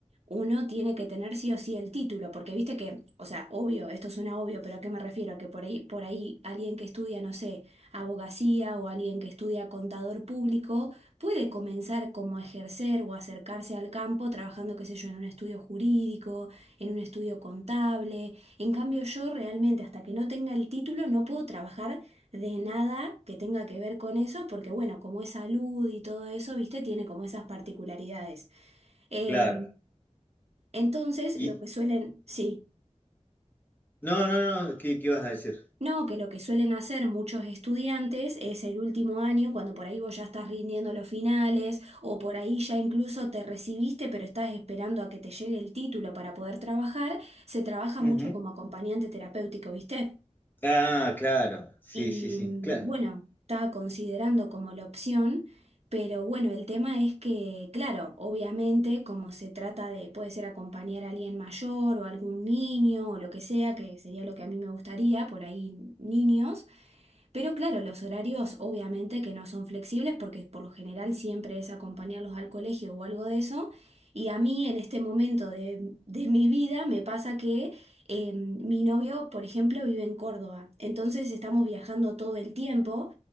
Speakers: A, on the right; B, on the left.
A: uno tiene que tener sí o sí el título, porque viste que, o sea, obvio, esto suena obvio, pero ¿a qué me refiero? Que por ahí, por ahí alguien que estudia, no sé, abogacía o alguien que estudia contador público puede comenzar como a ejercer o acercarse al campo trabajando, qué sé yo, en un estudio jurídico, en un estudio contable en cambio, yo realmente hasta que no tenga el título no puedo trabajar de nada que tenga que ver con eso, porque bueno, como es salud y todo eso, viste, tiene como esas particularidades. Eh,
B: Claro.
A: entonces,
B: Y
A: lo que suelen, sí,
B: no, no, no, ¿qué, qué vas a decir?
A: no, que lo que suelen hacer muchos estudiantes es el último año, cuando por ahí vos ya estás rindiendo los finales, o por ahí ya incluso te recibiste, pero estás esperando a que te llegue el título para poder trabajar, se trabaja
B: Ujú.
A: mucho como acompañante terapéutico, ¿viste?
B: Ah, claro. Sí,
A: Y
B: sí, sí.
A: mm,
B: Claro.
A: bueno, estaba considerando como la opción, pero bueno, el tema es que, claro, obviamente, como se trata de, puede ser acompañar a alguien mayor o algún niño o lo que sea, que sería lo que a mí me gustaría, por ahí niños. Pero claro, los horarios obviamente que no son flexibles porque por lo general siempre es acompañarlos al colegio o algo de eso. Y a mí en este momento de, de mi vida me pasa que eh, mi novio, por ejemplo, vive en Córdoba. Entonces estamos viajando todo el tiempo